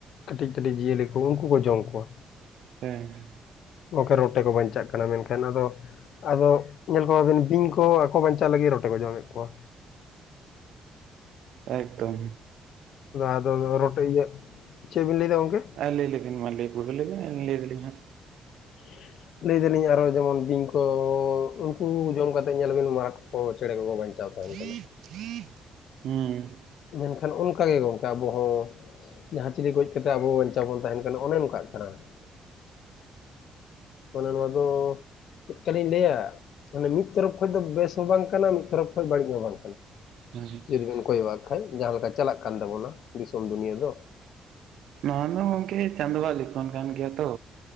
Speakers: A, on the left; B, on the right.
A: ᱠᱟᱹᱴᱤᱡ ᱠᱟᱹᱴᱤᱡ ᱡᱤᱭᱟᱹᱞᱤ ᱠᱚ ᱩᱱᱠᱩ ᱠᱚ ᱡᱚᱢ ᱠᱚᱣᱟ
B: ᱦᱮᱸ
A: ᱜᱚᱝᱠᱮ ᱨᱚᱴᱮ ᱠᱚ ᱵᱟᱧᱪᱟ-ᱜ ᱠᱟᱱᱟ᱾ ᱢᱮᱱᱠᱷᱟᱱ ᱟᱫᱚ ᱟᱫᱚ ᱧᱮᱞ ᱠᱚᱣᱟᱵᱤᱱ ᱵᱤᱧ ᱠᱚ, ᱟᱠᱚ ᱵᱟᱧᱪᱟᱣ ᱞᱟᱹᱜᱤᱫ ᱨᱚᱴᱮᱸ ᱠᱚ ᱡᱚᱢᱮᱫ ᱠᱚᱣᱟ᱾
B: ᱮᱫᱚᱢ᱾
A: ᱟᱫᱚ ᱟᱫᱚ ᱨᱚᱴᱮᱸ ᱤᱭᱟᱹ ᱪᱮᱫ ᱵᱮᱤᱱ ᱞᱟᱹᱭ ᱮᱫᱟ ᱜᱚᱝᱠᱮ
B: ᱞᱟᱹᱭ ᱞᱮᱵᱤᱱ ᱢᱟ ᱞᱟᱹᱭ ᱯᱩᱨᱟᱹ ᱟᱹᱭᱵᱱ ᱞᱟᱹᱭ ᱫᱟᱞᱤᱧ ᱦᱟᱸᱜ
A: <inaudible> ᱞᱟᱹᱭ ᱫᱟᱞᱤᱧ ᱟᱨᱚ ᱡᱮᱢᱚᱱ ᱵᱤᱧ ᱠᱚ ᱩᱱᱠᱩ ᱡᱚᱢ ᱠᱟᱛᱮ ᱧᱮᱞ ᱵᱤᱱ ᱢᱟᱴ ᱠᱚ ᱪᱮᱬᱮ ᱠᱚᱠᱚ ᱵᱟᱧᱪᱟᱣ
B: <inaudible>
A: ᱛᱟᱦᱮᱱ ᱠᱟᱱᱟ᱾
B: ᱦᱩᱸ
A: ᱢᱮᱱᱠᱷᱟᱱ ᱚᱱᱠᱟᱜᱮ ᱜᱚᱢᱠᱮ ᱟᱵᱚᱦ ᱦᱚᱸ ᱡᱟᱦᱟᱸ ᱪᱤᱞᱤ ᱜᱚᱡ ᱠᱟᱛᱮ ᱟᱵᱚ ᱵᱟᱧᱪᱟᱣ ᱵᱚᱱ ᱛᱟᱦᱮᱱ ᱠᱟᱱᱟ ᱚᱱᱮ ᱱᱚᱝᱠᱟᱜ ᱠᱟᱱᱟ <inaudible> ᱚᱱᱮ ᱱᱚᱣᱟ ᱫᱚ ᱪᱮᱜᱠᱟᱞᱤᱧ ᱞᱟᱹᱭᱟ ᱢᱟᱱᱮ ᱢᱤᱫ ᱛᱚᱨᱚᱯᱷ ᱠᱷᱚᱡ ᱫᱚ ᱵᱮᱥ ᱦᱚᱸ ᱵᱟᱝ ᱠᱟᱱᱟ, ᱢᱤᱫ ᱛᱚᱨᱚᱯᱷ ᱠᱷᱚᱡ ᱵᱟᱹᱲᱤᱡ ᱦᱚᱸ ᱵᱟᱝ ᱠᱟᱱᱟ᱾
B: ᱦᱳᱭ
A: ᱡᱩᱫᱤ ᱵᱮᱱ ᱠᱚᱭᱚᱜᱟᱜ ᱠᱷᱟᱡ ᱡᱟᱦᱟᱸ ᱞᱮᱠᱟ ᱪᱟᱞᱟᱜ ᱠᱟᱱ ᱛᱟᱵᱳᱱᱟ ᱫᱤᱥᱚᱢ ᱫᱩᱱᱭᱟᱹ ᱫᱚ᱾
B: ᱱᱚᱣᱟ ᱫᱚ ᱜᱚᱝᱠᱮ ᱪᱟᱸᱫᱳᱣᱟᱜ ᱞᱤᱠᱷᱚᱱ ᱠᱟᱱ ᱜᱮᱭᱟ ᱛᱚ᱾